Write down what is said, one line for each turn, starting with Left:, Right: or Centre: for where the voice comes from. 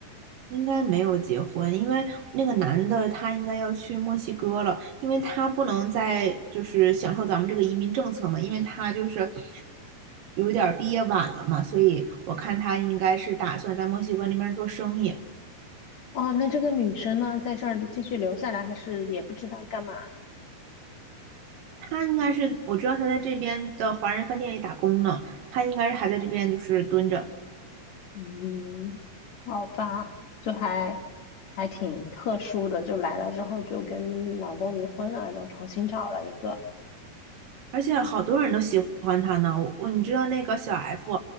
Right: 应该没有结婚，因为那个男的他应该要去墨西哥了，因为他不能再就是享受咱们这个移民政策嘛，因为他就是有点儿毕业晚了嘛，所以我看他应该是打算在墨西哥那边做生意。
Left: 哦，那这个女生呢，在这儿继续留下来，还是也不知道干嘛？
Right: 他应该是，我知道他在这边的华人饭店里打工呢，他应该是还在这边就是蹲着。
Left: 嗯，好吧，就还还挺特殊的，就来了之后就跟老公离婚了，然后重新找了一个。
Right: 而且好多人都喜欢他呢。我我你知道那个小 F，